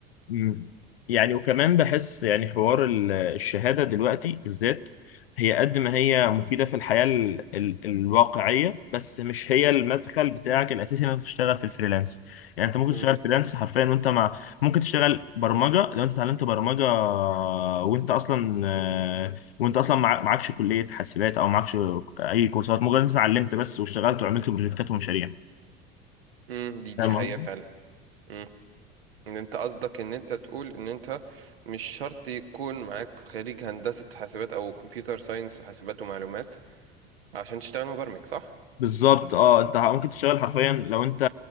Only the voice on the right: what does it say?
مم.
مم. دي دي
حقيقة
فعلا مم. ان انت قصدك ان انت تقول ان انت مش شرط يكون معاك خريج هندسة حاسبات او كمبيوتر ساينس حاسبات ومعلومات عشان تشتغل مبرمج صح؟